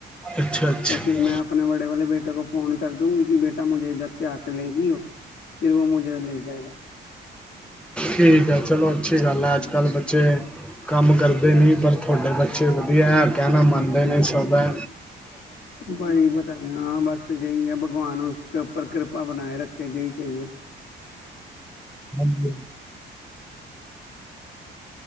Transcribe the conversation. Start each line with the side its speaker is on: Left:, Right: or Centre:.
Centre: ਅੱਛਾ ਅੱਛਾ
Left: ਤਾਂ ਫਿਰ ਮੈਂ ਆਪ ਆਪਣੇ ਬੜੇ ਵਾਲੇ ਬੇਟੇ ਕੋ ਫੋਨ ਕਰ ਦੂੰਗੀ ਕੀ ਬੇਟਾ ਮੁਝੇ ਇਧਰ ਸੇ ਆ ਕੇ ਲੇਜੀਓ। ਫਿਰ ਵੋ ਮੁਝੇ ਲੇ ਜਾਏਗਾ।
Centre: ਠੀਕ ਐ ਚਲੋ ਅੱਛੀ ਗੱਲ ਐ ਅੱਜ ਕੱਲ੍ਹ ਬੱਚੇ ਕੰਮ ਕਰਦੇ ਨੀ ਪਰ ਥੋਡੇ ਬੱਚੇ ਵਧੀਐ ਕੈਣਾ ਮੰਨਦੇ ਨੇ ਸਭ ਐ।
Left: ਬਾਈ ਪਤਾ ਨੀ ਹਾਂ ਬਸ ਅਜਿਈ ਐ ਭਗਵਾਨ ਉਸਦੇ ਉੱਪਰ ਕਿਰਪਾ ਬਣਾਏ ਰੱਖੇ ਜਈ ਚਈਏ।
Centre: ਹਾਂਜੀ।